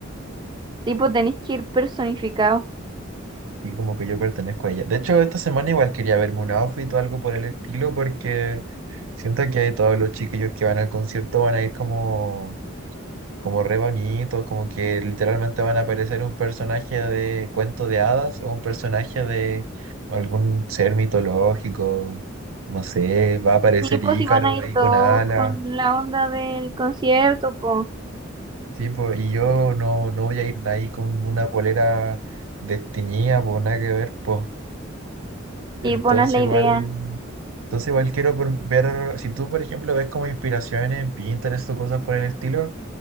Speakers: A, on the right; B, on the right.
A: Tipo, tenés que ir personificado.
B: Sí, como que yo pertenezco a ella. De hecho, esta semana igual quería verme un outfit o algo por el estilo porque siento que todos los chiquillos que van al concierto van a ir como, como re bonitos, como que literalmente van a aparecer un personaje de cuento de hadas o un personaje de algún ser mitológico, no sé, va a aparecer
A: Sí, pues
B: Ícaro
A: si van a ir
B: ahí
A: todos
B: con alas.
A: con la onda del concierto, pues.
B: Sí, po, y yo no, no voy a ir ahí con una polera desteñida, por nada que ver, pues. Entonces
A: Sí, pues no es la
B: igual,
A: idea.
B: entonces igual quiero por- ver, si tú por ejemplo ves como inspiraciones en Pinterest o cosas por el estilo,